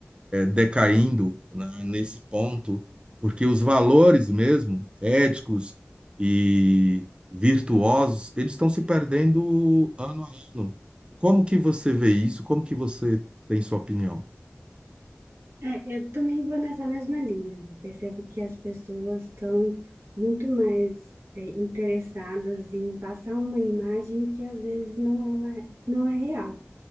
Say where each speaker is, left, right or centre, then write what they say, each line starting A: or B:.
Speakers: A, on the right; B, on the right.
A: decaindo, né, nesse ponto, porque os valores mesmo éticos e virtuosos, eles estão se perdendo ano a ano. Como que você vê isso? Como que você tem sua opinião?
B: É, eu também vou nessa mesma linha. Eu percebo que as pessoas estão muito mais é, interessadas em passar uma imagem que às vezes não é uma, não é real.